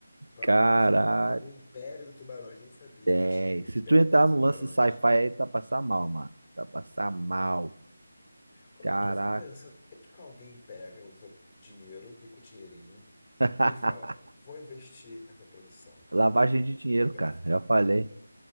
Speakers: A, on the left (about 15°); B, on the right (about 80°).
A: Pa-
B: Caraca.
A: Nossa, eu vi que tem o Império dos Tubarões, nem sabia
B: É,
A: que tinha o Império
B: se tu entrar
A: dos
B: no
A: Tubarões.
B: lance de sci-fi aí, tá passar mal, mano. Tá passar mal.
A: Como
B: Caraca.
A: é que eu fico pensando? É que alguém pega o seu dinheiro, rico dinheirinho,
B: <laughs>
A: e fala: vou investir nessa produção aqui,
B: Lavagem de dinheiro,
A: cinematográfica.
B: cara. Já falei.